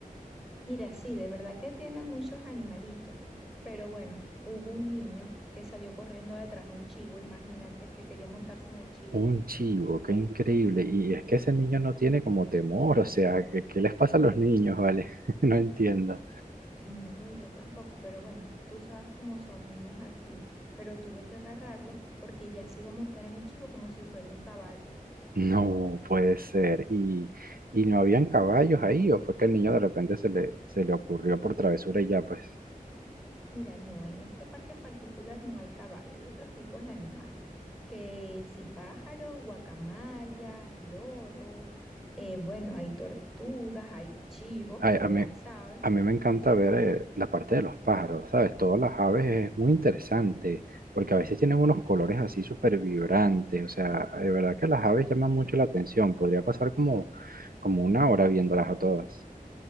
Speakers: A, in the centre; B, on the right.
A: Mira, sí, de verdad que tiene muchos animalitos, pero bueno, hubo un niño que salió corriendo detrás de un chivo, imagínate que quería montarse en el chivo.
B: Un chivo, qué increíble. Y es que ese niño no tiene como temor, o sea, ¿qué, qué les pasa a los niños, vale? <laughs> No entiendo.
A: No, yo tampoco, pero bueno, tú sabes cómo son niños al fin, pero tuve que agarrarlo porque ya se iba a montar en el chivo como si fuera un caballo.
B: No puede ser. ¿Y, y no habían caballos ahí o fue que el niño de repente se le, se le ocurrió por travesura y ya, pues?
A: Mira, no, en este parque en particular no hay caballo, hay otros tipos de animales, que si pájaros, guacamayas, loros, eh, bueno, hay tortugas, hay chivos,
B: Ay,
A: como
B: a mí,
A: ya sabes.
B: a mí me encanta ver eh, la parte de los pájaros, ¿sabes? Todas las aves es muy interesante, porque a veces tienen unos colores así súper vibrantes, o sea, de verdad que las aves llaman mucho la atención, podría pasar como, como una hora viéndolas a todas.